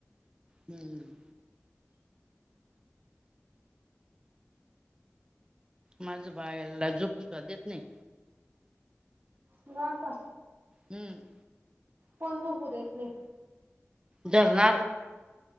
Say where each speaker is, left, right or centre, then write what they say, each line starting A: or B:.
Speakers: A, on the right; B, on the right.
A: हम्म माझं बायाला झोपू सुद्धा देत नाही.
B: ना का
A: हंम
B: कोण झोपू देत नाही?
A: जगाल